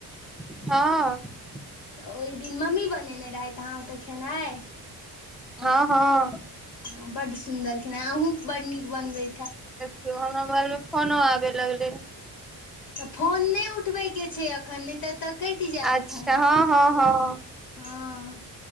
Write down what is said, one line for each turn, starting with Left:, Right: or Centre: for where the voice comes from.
Centre: हँ
Left: ओहि दिन मम्मी बनेने रहैत आहाक खेनाइ
Centre: हँ हँ
Left: ह बड सुन्दर खेनाइ अहूँ बड नीक बनबे
Centre: देखियौ हमरा मोबइलमे फोनो आबे लगलै
Left: तऽ फोन नहि उठबयके छै एखन नइ त एतय कटि जायत
Centre: अच्छा
Left: फोन
Centre: हँ हँ हँ
Left: हँ हाँ